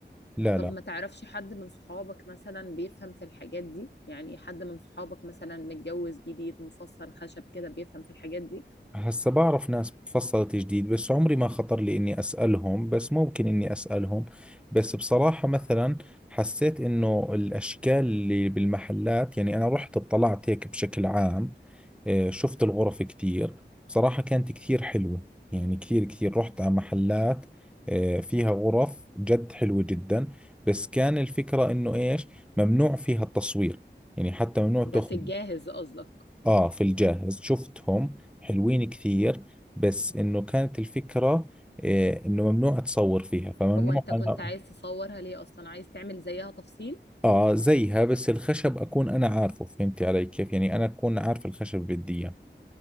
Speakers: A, in the centre; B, on the left (about 65°).
A: لا
B: طب
A: لا
B: ما تعرفش حد من صحابك مثلا بيفهم في الحاجات دي يعني حد من صحابك مثلا متجوز جديد مفصل خشب كده بيفهم في الحاجات دي
A: هسا بعرف ناس تفصلت جديد بس عمري ما خطر لي اني اسالهم بس ممكن اني اسالهم بس بصراحة مثلا حسيت انه الاشكال اللي بالمحلات يعني انا رحت اطلعت هيك بشكل عام آه، شفت الغرف كثير بصراحة كانت كثير حلوة يعني كثير كثير رحت على محلات آه، فيها غرف جد حلوة جدا بس كان الفكرة انه ايش ممنوع فيها التصوير يعني حتى ممنوع تاخذ
B: ده في الجاهز قصدك
A: آه في الجاهز شفتهم حلوين كثير بس إنه كانت الفكرة إيه إنه ممنوع أتصور فيها فممنوع
B: هو انت كنت
A: أنا
B: عايز تصورها ليه اصلا عايز تعمل زيها تفصيل
A: آه زيها بس الخشب أكون أنا عارفه فهمتي علي كيف يعني أنا أكون عارف الخشب اللي بدي إياه